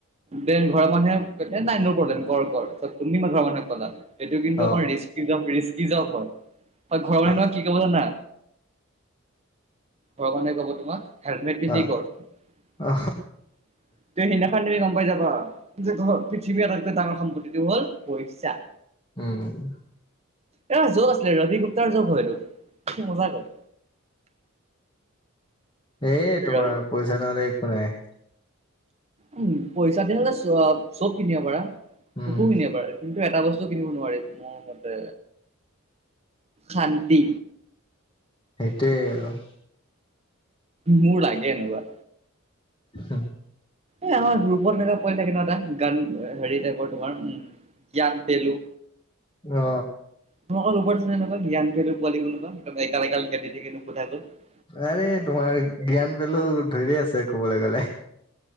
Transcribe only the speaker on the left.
অ
অ
অ
অ
উম।
এ
তোমাৰ, পইচা নহলে একো নাই।
উম
সেইটোৱেই আৰু।
হ।
অ।
আৰে তোমাৰ জ্ঞান পালেও ধৰি আছে। কবলৈ গলে।